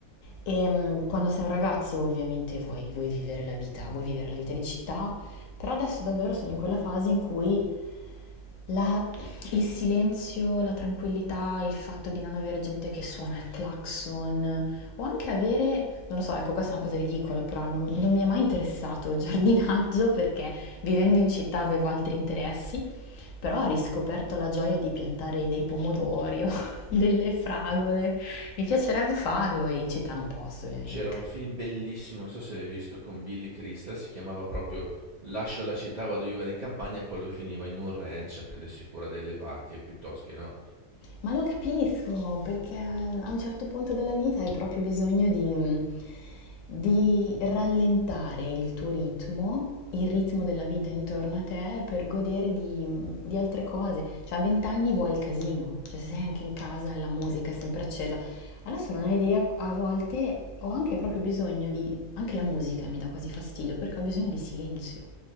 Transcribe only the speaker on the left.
E mh, quando sei un ragazzo ovviamente vuoi, vuoi vivere la vita, vuoi vivere la vita di città, però adesso davvero sono in quella fase in cui la- il silenzio, la tranquillità, il fatto di non avere gente che suona il clacson o anche avere, non lo so, ecco questa è una cosa ridicola, però non, non mi è mai interessato il giardinaggio perché vivendo in città avevo altri interessi però ho riscoperto la gioia di piantare dei pomodori o <laughs> delle fragole. Mi piacerebbe farlo e in città non posso, ovviamente.
Ma lo capisco, perché a un certo punto della vita hai proprio bisogno di, di rallentare il tuo ritmo, il ritmo della vita intorno a te, per godere di, di altre cose. Cioè a 20 anni vuoi il casino, cioè se sei anche in casa e la musica è sempre accesa. Adesso non hai idea, a volte ho anche proprio bisogno di... anche la musica mi dà quasi fastidio, perché ho bisogno di silenzio